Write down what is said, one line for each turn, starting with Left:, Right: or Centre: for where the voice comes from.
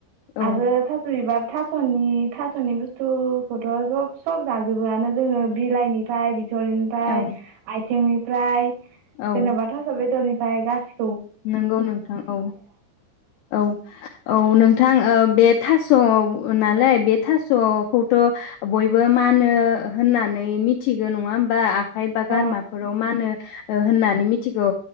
Left: औ
Right: आरो थास' बिबार थासनि थासनि बुस्थुखौथ‌ सब सब जाजोबोआनो जोङो बिलाइनिफ्राय बि बिथरिनिफ्राय
Left: औ
Right: आथिंनि फ्राय
Left: औ
Right: जेनबा थास बेदरनि बाय गासि
Left: नंगौ नोंथां औ औ औ नोंथां ओ बे थास नालाय बे थासखौथ‌ बयबो मानो होननानै मिथिगौ नङा होमबा खायबा गारमा
Right: अ
Left: फोराव मानो ओ होननानै मिथि मिथिगो